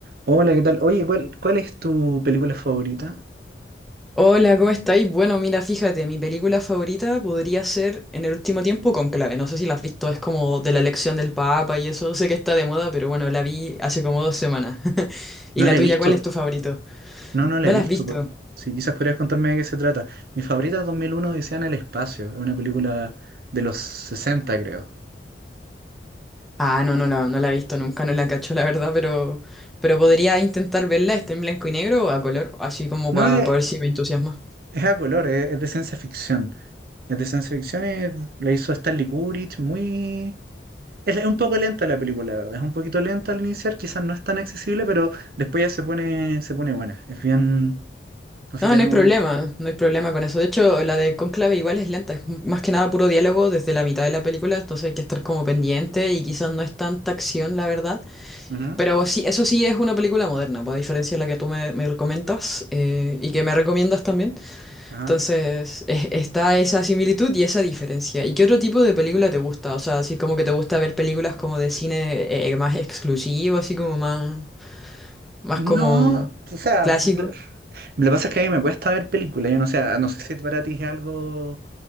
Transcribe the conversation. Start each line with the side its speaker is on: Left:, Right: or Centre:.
Right: Hola, ¿qué tal? Oye, ¿cuál, cuál es tu película favorita?
Centre: Hola, ¿cómo estáis? Bueno, mira, fíjate, mi película favorita podría ser En el último tiempo Conclave. No sé si la has visto, es como de la elección del Papa y eso. Sé que está de moda, pero bueno, la vi hace como dos semanas. <laughs> ¿Y
Right: No
Centre: la
Right: la
Centre: tuya,
Right: he visto.
Centre: cuál es tu favorito?
Right: No, no la
Centre: ¿No
Right: he
Centre: la
Right: visto.
Centre: has visto?
Right: po- Sí, quizás podrías contarme de qué se trata. Mi favorita es 2001 Odisea en el espacio. Es una película de los 60, creo.
Centre: Ah, no, no la, no la he visto nunca, no la cacho, la verdad, pero, pero podría intentar verla, está en blanco y negro o a color, así como
Right: No
Centre: para
Right: es,
Centre: ver si me entusiasma.
Right: es a color, es, es de ciencia ficción. Es de ciencia ficción, es- la hizo Stanley Kubrick, muy... Es, es un poco lenta la película, la verdad. Es un poquito lenta al iniciar, quizás no es tan accesible, pero después ya se pone, se pone buena. Es bien... No sé,
Centre: No,
Right: tiene
Centre: no hay
Right: momentos.
Centre: problema, no hay problema con eso. De hecho, la de Cónclave igual es lenta, es m- más que nada puro diálogo desde la mitad de la película, entonces hay que estar como pendiente y quizás no es tanta acción, la verdad.
Right: Ujú,
Centre: Pero sí, eso sí es una película moderna, pues, a diferencia de la que tú me, me comentas eh, y que me recomiendas también.
Right: Ajá.
Centre: Entonces, es- está esa similitud y esa diferencia. ¿Y qué otro tipo de película te gusta? O sea, así como que te gusta ver películas como de cine eh, más exclusivo, así como más, más
Right: No,
Centre: como
Right: o sea,
Centre: clásico.
Right: Lo que pasa es que a mí me cuesta ver películas. Yo no sé, no sé si para ti es algo.